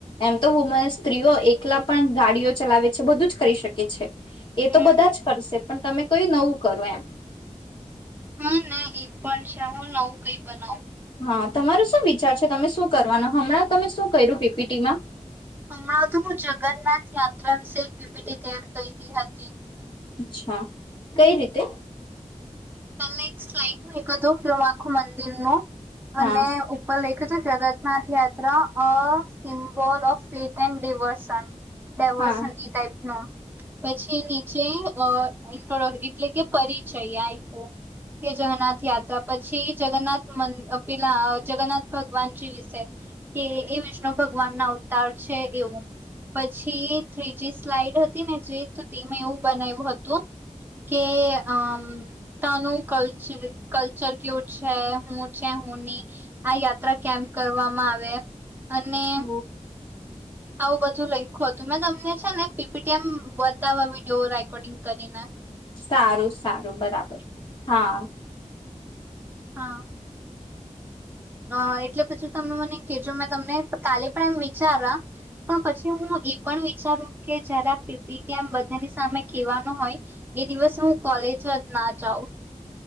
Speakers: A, on the left (about 40°); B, on the right (about 15°).
A: એમ તો વુમન સ્ત્રીઓ એકલા પણ ગાડીઓ ચલાવે છે બધું જ કરી શકે છે એ તો
B: હમ
A: બધા જ કરશે પણ તમે કઈ નવું કરો એમ
B: હા ના એ પણ છે હું નવું કઈ બનાવું
A: હા તમારો શું વિચાર છે તમે શું કરવાના હમણાં તમે શું કર્યું પીપીટીમાં
B: હમણાં તો હું જગન્નાથ યાત્રા વિશે એક પીપીટી તૈયાર કયરી હતી
A: અચ્છા કઈ રીતે
B: તમને એક સ્લાઈડ મોકલ્યું તુ તેમ આખું મંદિરનું
A: હા
B: અને ઉપર લખ્યું તું જગતનાથ યાત્રા ત્રા a symbol of faith and diversion ડેવોર્સન
A: હા
B: એ ટાઈપ નું પછી નીચે અ ઇન્ટ્રોડ એટલે કે પરિચય આઇપો કે જગન્નાથ યાત્રા પછી જગન્નાથ મન પેલા જગન્નાથ ભગવાનજી વિશે કે એ વિષ્ણુ ભગવાનના અવતાર છે એવું પછી ત્રીજી સ્લાઈડ હતી ને જે તો તેમાં એવું બનાઈવું હતું કે અમ તા નું કલ્ચર કલ્ચર કેવું છે હું છે હું નઈ આ યાત્રા કેમ કરવામાં આવે અને
A: હ
B: આવું બધું લઈખુ હતું મેં તમને છે ને પીપીટીએમ બતાવા વિડીયો રેકોર્ડિંગ કરીને
A: સારું સારું બરાબર હા.
B: હા અ એટલે પછી તમે મને કેજો મેં તમને કાલે પણ એમ વિચારા પણ પછી હું એ પણ વિચારું કે જ્યારે આ પી પી ટી બધાની સામે કેવાનો હોય એ દિવસ હું કોલેજ જ ના જાઉં.